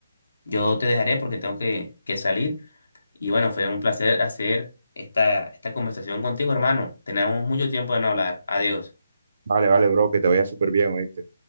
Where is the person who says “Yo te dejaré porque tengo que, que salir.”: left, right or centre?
Left